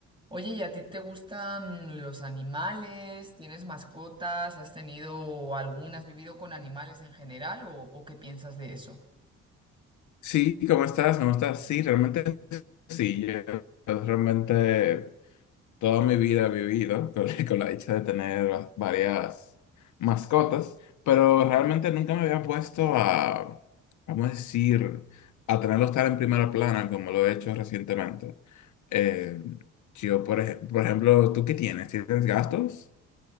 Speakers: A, on the right; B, on the left.
A: Oye, ¿y a ti te gustan los animales? ¿Tienes mascotas? ¿Has tenido alguna? ¿Has vivido con animales en general? ¿O, o qué piensas de eso?
B: Sí, ¿cómo estás? ¿Cómo estás? Sí, realmente sí. Yo realmente toda mi vida he vivido con, <laughs> con la dicha de tener va- varias mascotas, pero realmente nunca me había puesto a, vamos a decir, a tenerlos tan en primera plana como lo he hecho recientemente. Eh, yo, por, ej- por ejemplo, ¿tú qué tienes? ¿Tienes gastos?